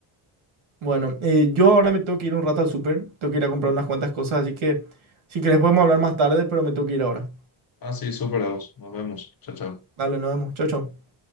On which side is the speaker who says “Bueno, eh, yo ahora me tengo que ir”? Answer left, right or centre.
Right